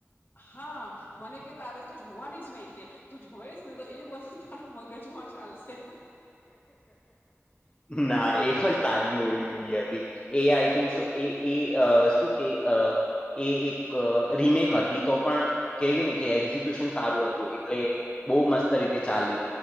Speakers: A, on the left; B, on the left.
A: હા મને કે તારે તો જોવાની જ નહી કે. તું જોઈસ ને તો એ બધું તારું મગજમાં ચાલશે.
B: ના એ પણ તાજમવી મુવી હતી. એ આઈ થિંક શો એ અ એ શું કે. એ એક રીમેક હતી તો પણ કેય ને કે એક્ઝિક્યુશન સારું હતું એટલે. બો મસ્ત રીતે ચાલી